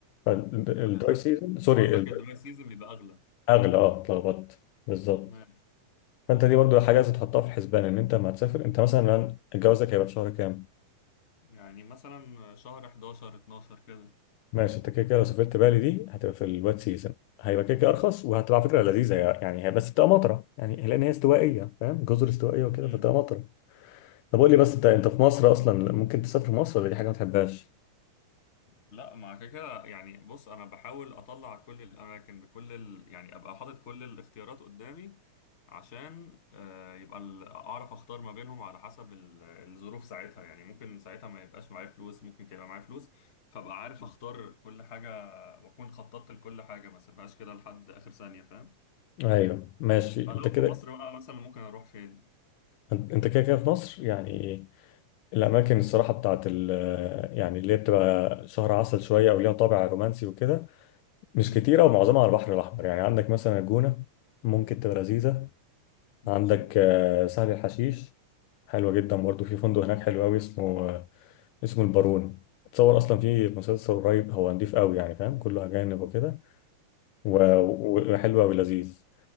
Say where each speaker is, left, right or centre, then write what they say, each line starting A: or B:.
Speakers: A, on the left (about 90°); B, on the left (about 50°).
A: فالدراي
B: ماشي
A: سيزون سوري
B: قصدك الدراي سيزون بيبقى اغلى
A: اغلى اه اتلخبطت بالظبط
B: ماشي
A: فانت دي برضو حاجه لازم تحطها في حسبان ان انت لما هتسافر انت مثلا جوازك هيبقى في شهر كام
B: يعني مثلا شهر 11 12 كده
A: ماشي انت كده كده لو سافرت بالي دي هتبقى في الواد سيزون هيبقى كده كده ارخص وهتبقى على فكره لذيذه يعني هي بس بتبقى مطره يعني لان هي استوائيه فاهم جزر استوائيه وكده
B: امم
A: فبتبقى مطره طب قول لي بس
B: ماشي
A: انت انت في مصر اصلا ممكن تسافر مصر ولا دي حاجه ما تحبهاش
B: لا مع كده كده يعني بص انا بحاول اطلع كل الاماكن بكل ال... يعني ابقى حاطط كل الاختيارات قدامي عشان آه، يبقى ال- اعرف اختار ما بينهم على حسب ال- الظروف ساعتها يعني ممكن ساعتها ما يبقاش معايا فلوس ممكن يبقى معايا فلوس فابقى عارف اختار كل حاجة واكون خططت لكل حاجة ما سيبهاش كده لحد اخر ثانية فاهم
A: ايوه ماشي
B: فلو
A: انت كده
B: في مصر بقى مثلا ممكن اروح فين
A: انت كده كده في مصر يعني الاماكن الصراحه بتاعت ال يعني اللي هي بتبقى شهر عسل شويه او ليها طابع رومانسي وكده مش
B: امم
A: كتيرة ومعظمها على البحر الأحمر يعني عندك مثلا الجونة ممكن تبقى لذيذة
B: ماشي
A: عندك آه، سهل الحشيش حلوة جدا برضه في فندق هناك حلو أوي اسمه آه، اسمه البارون اتصور أصلا في مسلسل قريب هو نضيف أوي يعني فاهم كله أجانب وكده و-
B: ماشي
A: و- وحلو أوي لذيذ